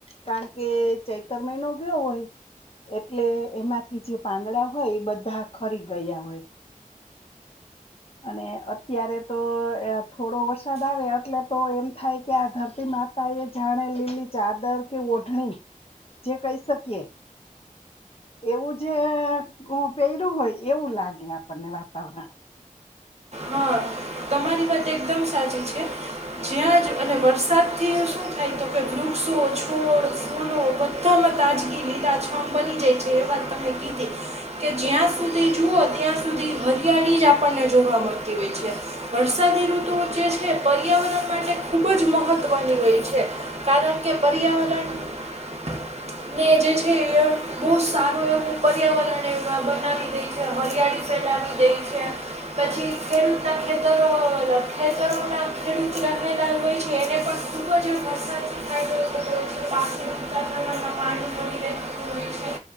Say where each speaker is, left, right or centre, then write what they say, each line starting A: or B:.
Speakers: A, on the left; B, on the right.
A: કારણ કે ચૈતર મહિનો ગયો હોય એટલે એમાંથી જે પાંદડા હોય, એ બધા ખરી ગયા હોય. <inaudible> અને અત્યારે તો થોડો વરસાદ આવે એટલે તો એમ થાય કે આ ધરતી માતા એ જાણે લીલી ચાદર કે ઓઢણી, જે કહી શકીએ એવું જે પહેરું હોય, એવું લાગે આપણને વાતાવરણ.
B: હા તમારી વાત એકદમ સાચી છે જ્યાં જ અને વરસાદથી શું થાય તો કે વૃક્ષો છોડ ફૂલો બધામાં ગાજગી લીલા છમ બની જાય છે એ વાત તમે કીધી, કે જ્યાં સુધી જુઓ ત્યાં સુધી હરિયાળી જ આપણને જોવા મળતી હોય છે. વરસાદી ઋતુ જે છે પર્યાવરણ માટે ખુબ જ મહત્વની હોય છે, કારણ કે પર્યાવરણને જે છે બહુ સારું એવું પર્યાવરણ એ બનાવી દે છે, હરિયાળી ચલાાવ દે છે, પછી ખેડૂત ખેત ખેતરોના ખેડૂત રહેલા હોય છે એને પણ ખૂબ જ વરસાદથી ફાયદો થતો હોય છે પાકને ઉૂતા પ્રમાં પાણી મળડી રહેતું હોય છે